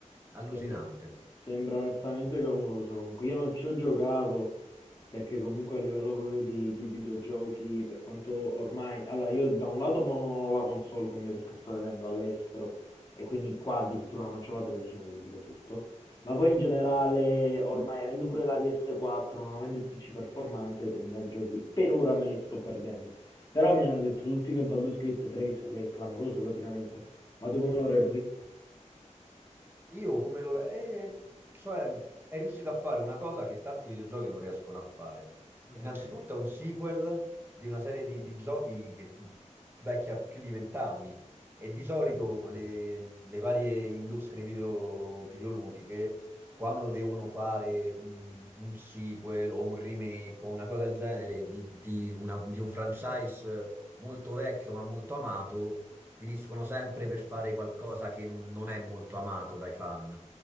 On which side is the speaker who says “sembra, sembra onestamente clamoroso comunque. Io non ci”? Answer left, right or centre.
Left